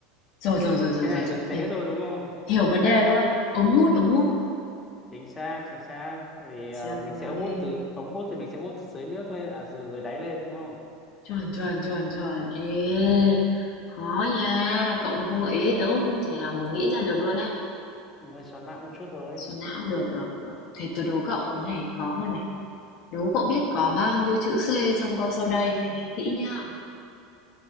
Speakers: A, on the left (about 50°); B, on the left (about 25°).
A: rồi rồi rồi rồi
B: cái
A: rồi
B: này
A: rồi,
B: thì dễ
A: hiểu.
B: rồi đúng không
A: Hiểu vấn đề luôn. Ống hút, ống hút.
B: chính xác chính xác tại vì à,
A: Rồi.
B: mình sẽ hút từ ống hút thì mình sẽ hút từ dưới nước lên à dưới, dưới đáy lên đúng không
A: Chuẩn chuẩn chuẩn chuẩn. Ê, khó nha. Cậu mà không gợi ý thì tớ cũng không thể nào mà nghĩ ra được luôn á.
B: Mình hơi xoắn não một chút thôi
A: Xoắn não, được, được, được. Thế tôi đố cậu cái này khó hơn này. Đố cậu biết có bao nhiêu chữ C trong câu sau đây, phải nghe kỹ nhá.